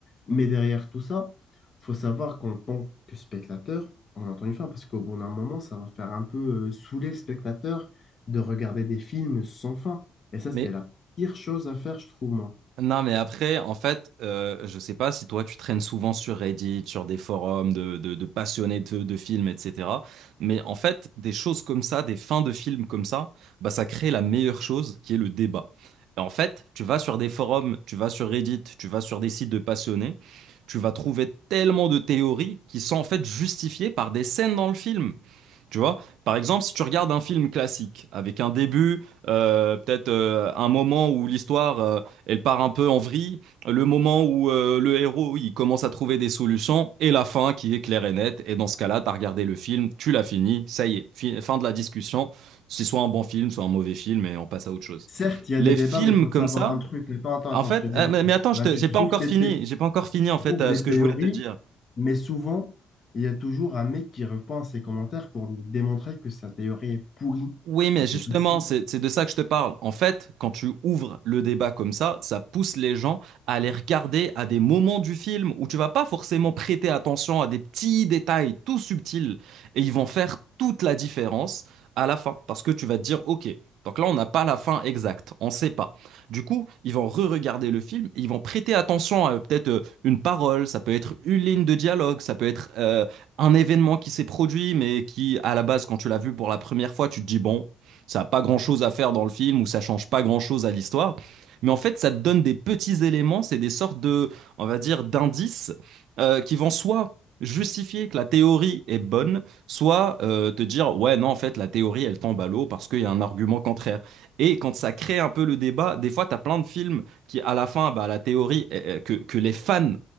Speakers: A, on the left; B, on the right.
A: Mais derrière tout ça, faut savoir qu'en tant que spectateur, on entend une fin parce qu'au bout d'un moment, ça va faire un peu euh, saouler le spectateur de regarder des films sans fin. Et ça,
B: mais
A: c'est la pire chose à faire, je trouve, moi.
B: Non, mais après, en fait, euh, je sais pas si toi, tu traînes souvent sur Reddit, sur des forums de, de- de passionnés de, de films, etc. Mais en fait, des choses comme ça, des fins de films comme ça, bah, ça crée la meilleure chose qui est le débat. Et en fait, tu vas sur des forums, tu vas sur Reddit, tu vas sur des sites de passionnés, tu vas trouver tellement de théories qui sont en fait justifiées par des scènes dans le film. Tu vois, par exemple, si tu regardes un film classique avec un début, euh, peut-être euh, un moment où l'histoire euh, elle part un peu en vrille, le moment où euh, le héros il commence à trouver des solutions et la fin qui est claire et nette. Et dans ce cas-là, tu as regardé le film, tu l'as fini, ça y est, fi- fin de la discussion. C'est soit un bon film, soit un mauvais film et on passe à autre chose.
A: Certes, il y a
B: Les
A: des débats,
B: films
A: mais il faut
B: comme
A: savoir
B: ça,
A: un truc. Mais pas- attends, attends,
B: en fait,
A: je te dis.
B: ah,
A: un
B: mais
A: truc.
B: mais attends,
A: Bah,
B: je te-
A: tu
B: j'ai
A: trouves
B: pas encore
A: tes
B: fini,
A: thé-
B: j'ai pas encore fini
A: tu
B: en fait
A: trouves
B: euh,
A: des
B: ce que
A: théories,
B: je voulais te dire.
A: mais souvent, il y a toujours un mec qui reprend ses commentaires pour lui démontrer que sa théorie est pourrie.
B: Oui, mais
A: Bah, c'est
B: justement,
A: facile.
B: c'est c'est de ça que je te parle. En fait, quand tu ouvres le débat comme ça, ça pousse les gens à aller regarder à des moments du film où tu vas pas forcément prêter attention à des petits détails tout subtils et ils vont faire toute la différence à la fin parce que tu vas te dire, OK, donc là, on n'a pas la fin exacte, on sait pas. Du coup, ils vont re-regarder le film, et ils vont prêter attention à euh, peut-être euh, une parole, ça peut être une ligne de dialogue, ça peut être euh, un événement qui s'est produit, mais qui, à la base, quand tu l'as vu pour la première fois, tu te dis, bon, ça n'a pas grand-chose à faire dans le film ou ça ne change pas grand-chose à l'histoire. Mais en fait, ça te donne des petits éléments, c'est des sortes de, on va dire, d'indices euh, qui vont soit justifier que la théorie est bonne, soit euh, te dire ouais non en fait la théorie elle tombe à l'eau parce qu'il y a un argument contraire. Et quand ça crée un peu le débat, des fois tu as plein de films qui à la fin bah, la théorie est- que, que les fans